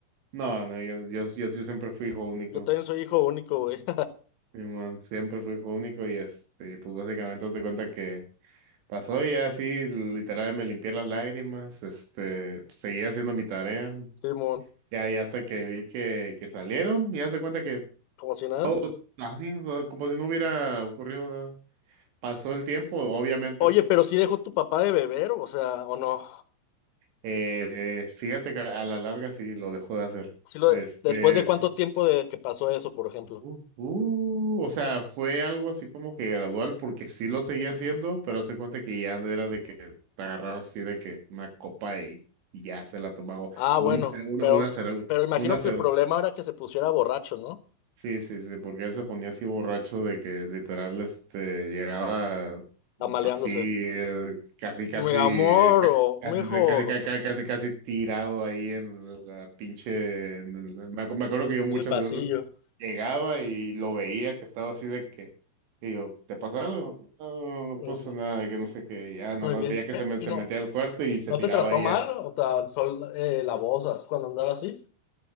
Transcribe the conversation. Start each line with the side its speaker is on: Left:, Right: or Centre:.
Right: no, no, yo, yo, yo, yo siempre fui hijo único.
Left: Yo también soy hijo único, güey.
Right: Sí, man, siempre fui hijo único y este, pues básicamente haz de cuenta que pasó y ya así, literal me limpié las lágrimas, este, seguía haciendo mi tarea,
Left: Simón,
Right: ya, ya hasta que vi que, que salieron y haz de cuenta que
Left: como si nada.
Right: todo así, o- sea, como si no hubiera ocurrido nada. Pasó el tiempo, obviamente,
Left: Oye,
Right: pues,
Left: pero sí dejó tu papá de beber, o sea, o no.
Right: eh, eh, fíjate que a la larga sí lo dejó de hacer.
Left: Sí lo,
Right: Este,
Left: después de cuánto
Right: sí,
Left: tiempo de que pasó eso, por ejemplo.
Right: Uh, uh, o sea, fue algo así como que gradual, porque sí lo seguía haciendo, pero hace cuenta que ya era de que te agarraba así de que una copa y, y ya se la tomaba. O
Left: Ah,
Right: una,
Left: bueno,
Right: ce- una,
Left: pero,
Right: una, cere-
Left: pero imagino
Right: una, ce-
Left: que el problema era que se pusiera borracho, ¿no?
Right: Sí, sí, sí, porque él se ponía así borracho de que literal este, llegaba
Left: Amaleándose.
Right: así, eh, casi, casi,
Left: Mi amor,
Right: ca-
Left: o
Right: casi,
Left: mi hijo,
Right: casi, ca- ca- casi, casi, tirado ahí en la pinche. en la- me acu- me acuerdo que yo muchas
Left: en el pasillo.
Right: veces llegaba y lo veía que estaba así de que, y digo, ¿te pasa algo? No, no
Left: Mm,
Right: pasa nada, de que no sé qué, ya nada
Left: Muy
Right: más
Left: bien.
Right: veía que
Left: Eh,
Right: se, me- se
Left: ¿Y no,
Right: metía al cuarto y se
Left: no
Right: tiraba
Left: te trató
Right: ahí
Left: mal?
Right: ya.
Left: O te alzó eh, la voz así cuando andaba así.